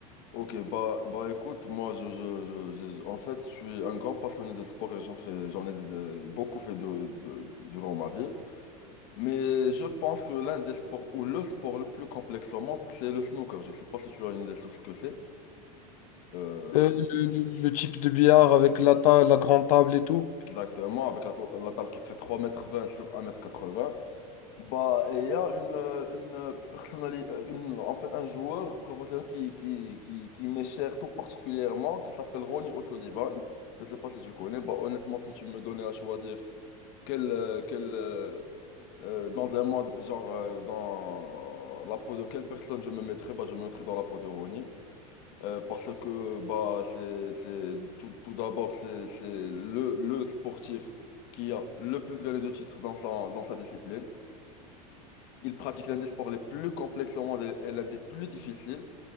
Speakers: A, on the left; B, on the left.
A: Ok, bah, bah écoute, moi, je, je, je- je- en fait, je suis un grand passionné de sport et j'en fais, j'en ai de- beaucoup fait de, de- durant ma vie. Mais je pense que l'un des sports, ou le sport le plus complexe au monde, c'est le snooker. Je sais pas si tu as une idée sur ce que c'est. Euh,
B: Euh, le, le- le type de billard avec la, ta- la grande table et tout.
A: exactement, avec la, to- la table qui fait trois mètres vingt sur un mètre quatre 80 Bah, il y a une, euh, une personnalité, une, en fait, un joueur professionnel qui, qui, qui, qui m'est cher tout particulièrement, qui s'appelle Ronnie O'Sullivan. Je ne sais pas si tu connais. Bah, honnêtement, si tu me donnais à choisir quel, euh, quel, euh, euh, dans un monde, genre, euh, dans la peau de quelle personne je me mettrais, bah, je me mettrais dans la peau de Ronnie. Euh, parce que, bah, c'est, c'est, tout, tout d'abord, c'est, c'est le, le sportif qui a le plus gagné de titres dans sa, dans sa discipline. Il pratique l'un des sports les plus complexes au monde et et l'un des plus difficiles.